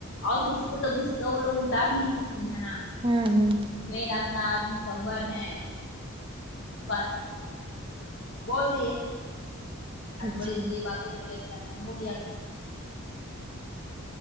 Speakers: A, on the left (about 65°); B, on the right (about 25°).
A: اور کسی پر توغصہ وہ لوگ اتار نہیں سکتی نا
B: ہوں ہوں
A: مین اپنا آدمی سور ہیں بس بول دیے اب
B: اچھا
A: تھوڑی تھوڑی باتوں کو لے کے اپنا ہو گیا پھر